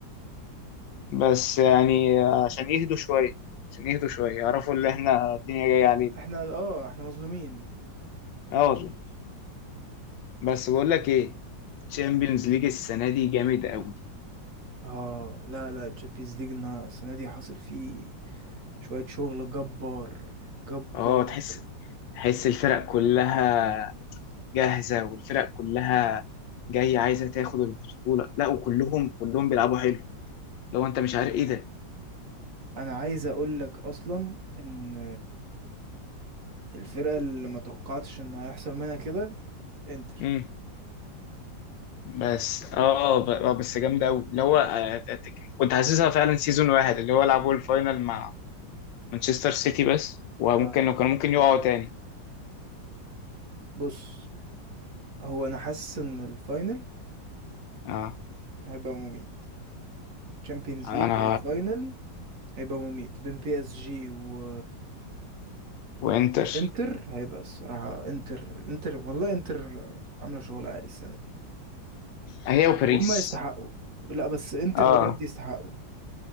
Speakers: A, on the left; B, on the right.
A: بس يعني عشان يهدوا شوية عشان يهدوا شوية يعرفوا اللي احنا الدنيا جاية علينا
B: احنا اه احنا مظلومين
A: اه والله بس بقول لك ايه تشامبيونز ليج السنة دي جامد قوي
B: اه لا لا الشامبيونز ليج السنه دي حاصل فيه شويه شغل جبار جبار
A: اه تحس تحس الفرق كلها جاهزة والفرق كلها جاية عايزة تاخد البطولة لا وكلهم كلهم بيلعبوا حلو لو انت مش عارف ايه ده
B: انا عايز اقول لك اصلا ان الفرقه اللي ما توقعتش ان هيحصل منها كده انتر
A: مم. بس اه ب- آه، بس جامدة قوي اللي هو آه، كنت حاسسها فعلا سيزون واحد اللي هو لعبوا الفاينل مع مانشستر سيتي بس وممكن
B: آه.
A: كانوا ممكن يقعوا تاني
B: بص هو انا حاسس ان الفاينل
A: اه
B: هيبقى مميت تشامبيونز
A: انا
B: ليج الفاينل هيبقى مميت بين بي اس جي و...
A: وانتر
B: وانتر هيبقى الصراحة انتر انتر والله انتر عاملة شغل عالي السنة
A: هي وباريس
B: وهم يستحقوا لا بس انتر
A: اه
B: بجد يستحقوا